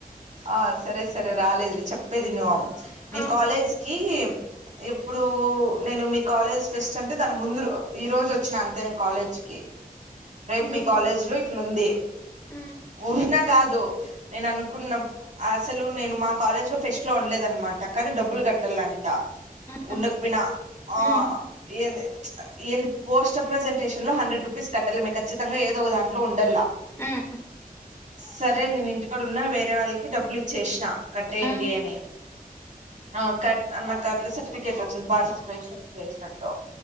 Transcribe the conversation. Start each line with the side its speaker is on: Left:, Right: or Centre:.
Right: ఆ సరే సరే రాలేదులే చెప్పేది ఇను మీ
Left: ఆ,
Right: కాలేజ్ కి ఎప్పుడు నేను మీ కాలేజ్ ఫెస్ట్ అంటే దాని ముందురో ఈ రోజు వ వచ్చిన అంతే నేను కాలేజీకి రేపు
Left: నువ్వు
Right: మీ కాలేజీ లో ఇట్లుంది
Left: ఉమ్,
Right: ఉన్న కాదు నేను అనుకున్న అసలు నేను మా కాలేజ్ లో ఫెస్ట్ లో ఉండలేదన్నమాట కానీ డబ్బులు కట్టలం ట
Left: ఉమ్,
Right: ఉండకపోయిన ఆ
Left: ఉమ్,
Right: ఏంది ఏంది పోస్టర్ ప్రజెంటేషన్ లో హండ్రెడ్ రూపీస్ కట్టాలమే ఖచ్చితంగా ఏదో ఒ దాంట్లో ఉండల్లా
Left: ఉమ్,
Right: సరే నేను ఇంటికాడ ఉన్నా వేరే వాళ్ళకి డబ్బులు ఇచ్చేసిన కట్టేయండి
Left: ఉమ్,
Right: అని ఆ కట్ అన్న కట్ల లో సర్టిఫికేట్ వచ్చింది పాటి ఆపరేషన్ చేసినట్టో